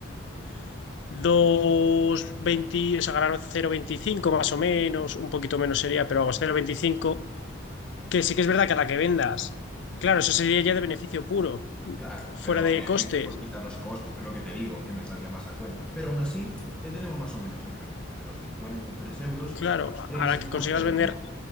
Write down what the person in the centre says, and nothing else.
Claro, pero
habría
que quitar los costes, pero lo que te digo, que me saldría más a cuenta. Pero aún así, ya tenemos más o menos el precio, entre dos cincuenta tres euros,
6
más,
pero
no.